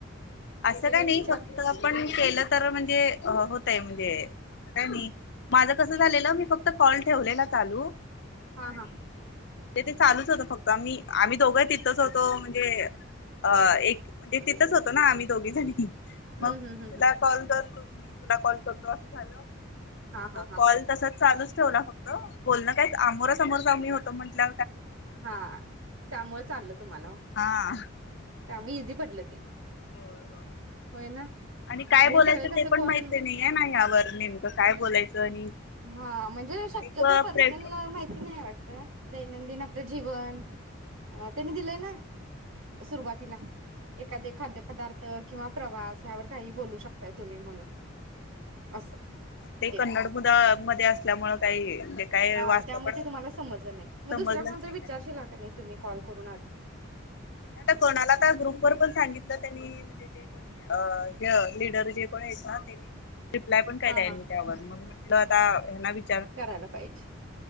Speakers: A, on the left (about 55°); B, on the right (about 85°).
A: असं
B: पहिला
A: काही
B: विचार
A: नाही फक्त आपण केलं तर म्हणजे अ होत. <unintelligible> असं काय नाही माझं कसं
B: नाही
A: झालेलं, मी फक्त कॉल ठेवलेला चालू
B: हा
A: आणि
B: हा
A: ते ते चालूच होतं फक्त आम्ही, आम्ही दोघं तिथंच होतो म्हणजे अ एक म्हणजे तिथंच होतो ना आम्ही. दोघी जणी.
B: हम्म
A: मग
B: हम्म हम्म
A: तुला कॉल जर तुला कॉल करतो असं झालं.
B: हा
A: मग
B: हा हा
A: कॉल तसा चालूच ठेवला फक्त, बोलण काय आमोरासमोर जाऊ नही होत म्हटलं
B: हा.. त्यामुळे चाललं तुम्हाला,
A: हा
B: त्यामुळे इझी <unintelligible>
A: होय होय
B: होय ना
A: आणि काय
B: आता हे
A: बोलायचं
B: सगळे कसं
A: ते पण
B: कोण
A: माहित नाईये ना यावर नेमकं काय बोलायचं आणि
B: हा म्हणजे शक्यतो
A: एक
B: पर्सनलअ
A: प्रे
B: माहिती नाही वाटत दैनंदिन आपलं जीवन त्यांनी दिलंय ना सुरुवातीला एखादे खाद्य पदार्थ किंवा प्रवास यावर काहीही बोलू शकताय तुम्ही म्हणून. असं भेटेल
A: ते कन्नड मुदा मध्ये असल्यामुळे काही जे काय
B: हां
A: वाचत
B: त्यामध्ये
A: पण
B: तुम्हाला समजल नाही मग
A: समजलंच
B: दुसऱ्या कोणाला तरी
A: नाही
B: विचारशीला
A: काय
B: कनी तुम्ही कॉल करून आधी
A: नाही आता कोणाला आता ग्रुप वर पण सांगितलं त्यांनी म्हणजे जे कोणी लिडर जे कोणी आहेत ना रिप्लाय पण काय
B: हा
A: द्याय
B: हा
A: नाही त्यावर मग म्हण् लो आता यांना विच्
B: करायला पाहिजे